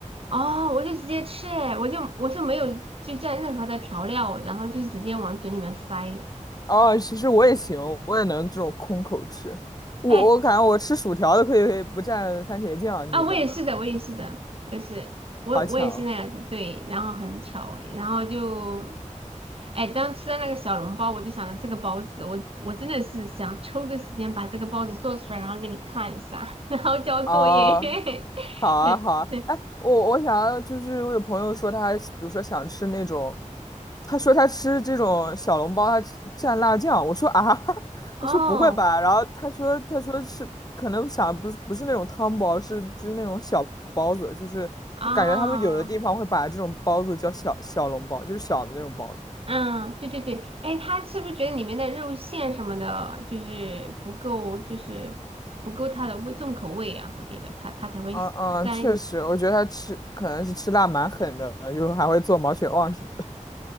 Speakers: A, on the right; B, on the left.
A: 哦，我就直接吃，哎，我就我就没有就蘸任何的调料，然后就直接往嘴里面塞。
B: 哦，其实我也行，我也能这种空口吃。我我感觉我吃薯条都可以可以不蘸番茄酱，
A: 哎，啊，
B: 你呢？
A: 我也是的，我也是的，我也是，我我也是那样子，
B: 好巧
A: 对，然后很巧诶，然后就，哎，当吃到那个小笼包，我就想着这个包子，我我真的是想抽个时间把这个包子做出来，然后给你看一下，<laughs> 然后交作业。
B: 哦，好啊好啊。
A: <laughs>
B: 哎，我我想要就是我有朋友说他，比如说想吃那种他说他吃这种小笼包，他吃蘸辣酱。我说啊，<laughs>
A: 哦，
B: 我说不会吧？然后他说他说是可能想不是不是那种汤包，是就是那种小包子，就是他感觉他们有的地方会把这种包子叫小小笼包，
A: 啊，
B: 就是小的那种包子。
A: 嗯，对对对，哎，他是不是觉得里面的肉馅什么的，就是不够，就是不够它的味重口味啊？我觉得他他才会沾
B: 嗯嗯，确实，我觉得他吃可能是吃辣蛮狠的，就还会做毛血旺什么的。